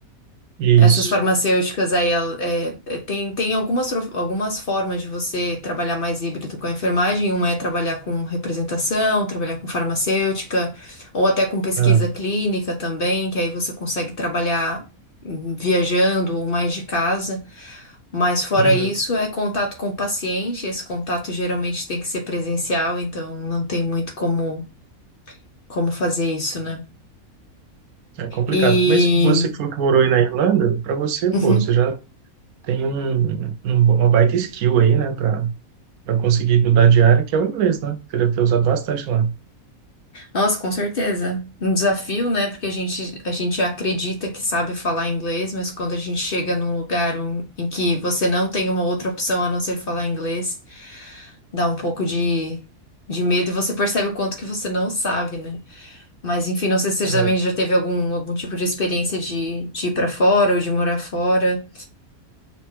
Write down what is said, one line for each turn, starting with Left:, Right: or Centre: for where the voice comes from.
Right: Isso.
Left: Essas farmacêuticas aí, el- é, é, tem, tem algumas, tro- algumas formas de você trabalhar mais híbrido com a enfermagem. Uma é trabalhar com representação, trabalhar com farmacêutica, ou até com pesquisa
Right: Ah,
Left: clínica também, que aí você consegue trabalhar hum, viajando ou mais de casa. Mas fora
Right: uhum.
Left: isso, é contato com o paciente. Esse contato geralmente tem que ser presencial, então não tem muito como, como fazer isso, né?
Right: É, é complicado.
Left: E.
Right: Mas você que falou que morou aí na Irlanda, para você,
Left: Uhum.
Right: pô, você já tem um, um- uma baita skill aí, né, para para conseguir mudar de área, que é o inglês, né? Queria ter usado bastante lá.
Left: Nossa, com certeza. Um desafio, né? Porque a gente, a gente acredita que sabe falar inglês, mas quando a gente chega num lugar um- em que você não tem uma outra opção a não ser falar inglês, dá um pouco de, de medo e você percebe o quanto que você não sabe, né? Mas enfim, não sei se
Right: né?
Left: você também já teve algum, algum tipo de experiência de, de ir pra fora ou de morar fora.